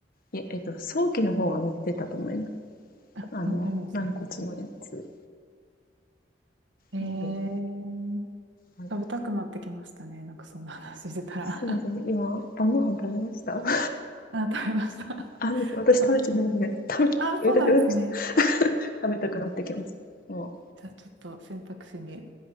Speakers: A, on the left; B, on the right.
A: いえ、えっと、早期の方が載ってたと思います。
B: あ、
A: あの、
B: 乗ってるんですね。
A: 軟骨のやつ。
B: えー、
A: うん。はい、
B: 食べたくなってきましたね。なんかそんな話してたら
A: そうですね。今、晩ご飯食べました <laughs>
B: <laughs> あ、食べました。
A: あ、です私食べてないので、
B: 食べた。
A: 食べ、食べたくなってきた。
B: あ、そうなんですね。
A: <laughs> 食べたくなってきます。もう、
B: じゃあちょっと選択肢に。